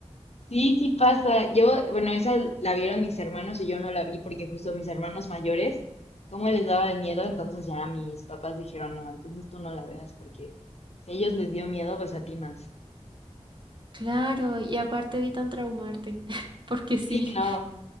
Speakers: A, on the left; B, on the right.
A: Sí, sí pasa. Yo, bueno, esa la vieron mis hermanos y yo no la vi porque justo mis hermanos mayores, como les daba de miedo, entonces ya mis papás dijeron, no, entonces tú no la veas porque si a ellos les dio miedo, pues a ti más.
B: Claro, y aparte evitan traumarte, <laughs> porque
A: Sí,
B: sí,
A: no.